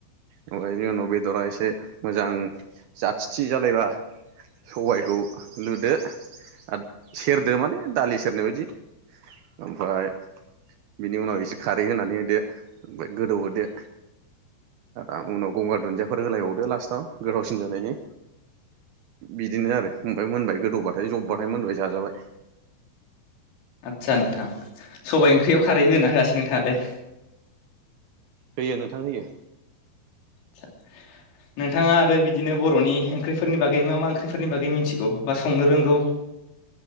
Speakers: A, on the right; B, on the left.
A: ओमफ्राय बिनि उनाव बेदरा एसे मोजां जाथिथि जालायबा सबायखौ लुदो आरो सेरदो माने दालि सेरनाय बायदि। ओमफ्राय बिनि उनाव एसे खारै होनानै होदो ओमफ्राय गोदौहोदो आ उनाव गंगार दुन्दियाफोर होलायबावदो लास्टाव गोथावसिन जानायनि बिदिनो आरो ओमफ्राय मोनबाय गोदौबाथाय जबबाथाय मोनबाय जाजाबाय।
B: आदसा नोंथां सबाइ ओंख्रियाव खारै होगोना होआसै नोंथाङालाय।
A: होयो नोंथां होयो
B: आथसा नोंथाङा आरो बिदि। बिदिनो बर'नि ओंख्रिफोरनि बागै मा मा ओंख्रिफोरनि बागै मिथिगौ बा संनो रोंगौ?